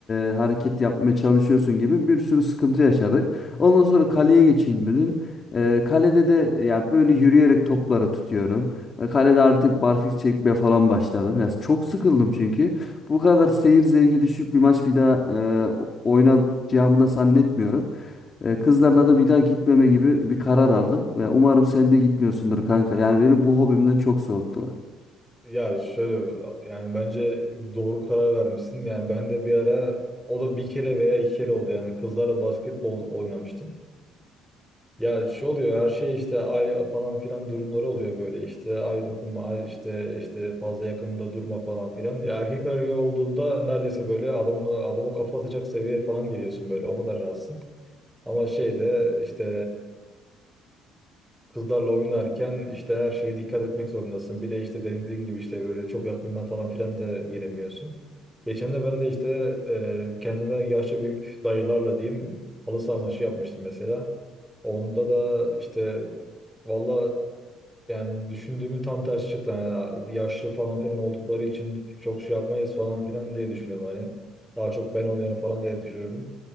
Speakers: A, on the left (about 30°); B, in the centre.
A: e, hareket yapmaya çalışıyorsun gibi bir sürü sıkıntı yaşadık. Ondan sonra kaleye geçeyim dedim. Ee, kalede de ya böyle yürüyerek topları tutuyorum. Ee, kalede artık barfiks çekmeye falan başladım. Ya çok sıkıldım çünkü. Bu kadar seyir zevki düşük bir maç bir daha e, o- oynayacağımı da zannetmiyorum. Ee, kızlarla da bir daha gitmeme gibi bir karar aldım. Ya umarım sen de gitmiyorsundur kanka. Yani beni bu hobimden çok soğuttular.
B: Ya şöyle yani bence doğru karar vermişsin. Yani ben de bir ara o da bir kere veya iki kere oldu yani kızlarla basketbol oynamıştım. Ya şey oluyor her şey işte ay falan filan durumları oluyor böyle işte ay dokunma ay işte işte fazla yakında durma falan filan. Ya erkek arıyor olduğunda neredeyse böyle adamla adama kafa atacak seviyeye falan geliyorsun böyle o kadar rahatsın. Ama şeyde işte Kızlarla oynarken işte her şeye dikkat etmek zorundasın. Bir de işte dediğin gibi işte böyle çok yakından falan filan da giremiyorsun. Geçen de ben de işte e, kendimden yaşça büyük dayılarla diyeyim halı saha maçı yapmıştım mesela. Onda da işte valla yani düşündüğümün tam tersi çıktı. Yani yaşlı falan filan oldukları için çok şey yapmayız falan filan diye düşünüyorum hani. Daha çok ben oynarım falan diye düşünüyorum.